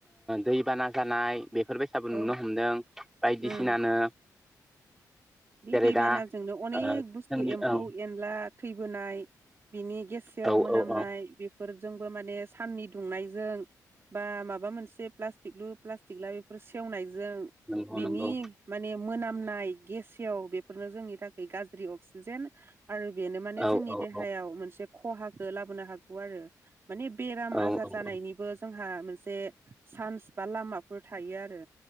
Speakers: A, in the centre; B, on the right.
A: दैबाना जानाय बेफोरबायसाबो नुनो
B: औ
A: हमदों बायदिसिनानो
B: उम बे
A: जेरै
B: दैबानाजोंनो
A: दा
B: अनेक
A: ओ
B: बुस्थु
A: जोंनि
B: एम्फौ-
A: औ
B: एनला <unintelligible> थैबोनाय बिनि गेसेयाव
A: औ
B: मोनामनाय
A: औ औ
B: बे फोरजोंबो माने साननि दुंनायजों बा माबा मोनसे प्लास्टिकलु- प्लास्टिक ला बे <unintelligible> सेवनायजों
A: नंगौ
B: बिनि
A: नंगौ
B: माने <unintelligible> खामनाय गेसेव बेफोरनो जोंनि थाखाय गाज्रि अक्सिजेन आरो बेनो माने
A: औ
B: जोंनि
A: औ
B: देहायाव
A: औ
B: मोनसे खहाखौ लाबोनो हागौ आरो। माने बेराम
A: औ
B: आजार जानायनिबो जोंहा मोनसे चान्स बा लामाफोर थायो आरो